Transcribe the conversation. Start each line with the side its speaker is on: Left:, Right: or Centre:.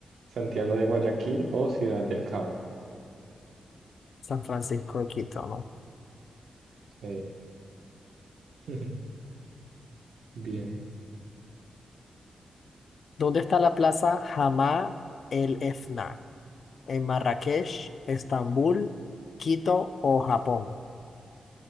Right: Santiago de Guayaquil o Ciudad del Cabo.
Left: San Francisco de Quito, ¿no?
Right: Eh, <laughs> Bien.
Left: ¿Dónde está la plaza Hamá el Efna? en Marrakech, Estambul, Quito o Japón.